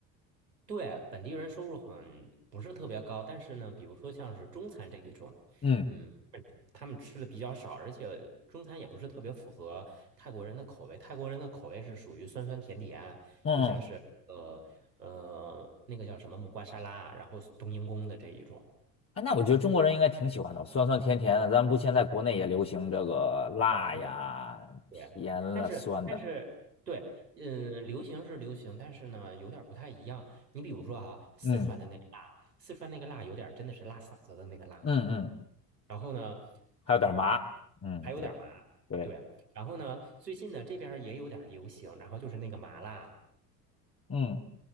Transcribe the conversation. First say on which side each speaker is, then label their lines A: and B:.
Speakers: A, on the right (about 85°); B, on the left (about 30°).
A: 对，本地人收入很不是特别高，但是呢，比如说像是中餐这一种，
B: 嗯
A: 嗯，他们吃的比较少，而且中餐也不是特别符合泰国人的口味。泰国人的口味是属于酸酸甜甜，
B: 嗯嗯
A: 就像是呃呃那个叫什么木瓜沙拉，然后冬阴功的这一种
B: 啊，那我觉得中国人应该挺喜欢的，酸酸甜甜的。咱们不现在国内也流行这个辣呀、
A: 泰国菜。对，
B: 甜了、
A: 但是但是对，
B: 酸的，
A: 嗯，流行是流行，但是呢，有点儿不太一样。你比如说啊，四川的那个辣，
B: 嗯
A: 四川那个辣有点儿真的是辣嗓子的那个辣。
B: 嗯嗯，
A: 然后呢，
B: 还有点麻，嗯，
A: 还有点麻，
B: 对对，
A: 对。然后呢，最近呢这边儿也有点儿流行，然后就是那个麻辣，
B: 嗯